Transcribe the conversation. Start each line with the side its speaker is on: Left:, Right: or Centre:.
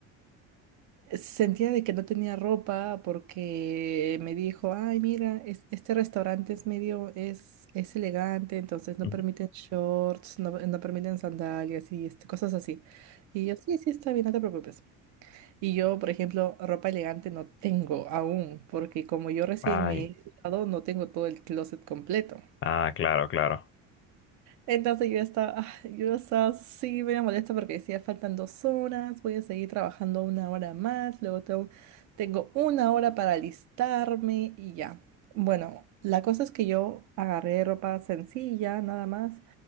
Right: Sentía de que no tenía ropa porque me dijo, ay, mira, es- este restaurante es medio, es, es elegante, entonces no
Left: Ujú.
Right: permiten shorts, no, no permiten sandalias y este, cosas así. Y yo, sí, sí, está bien, no te preocupes. Y yo, por ejemplo, ropa elegante no tengo aún, porque como yo recién
Left: Ay,
Right: me he mudado, no tengo todo el closet completo.
Left: ah, claro, claro.
Right: Entonces yo estaba, ah, yo estaba así, me molesta porque decía faltan dos horas, voy a seguir trabajando una hora más, luego tengo, tengo una hora para alistarme y ya. Bueno, la cosa es que yo agarré ropa sencilla, nada más,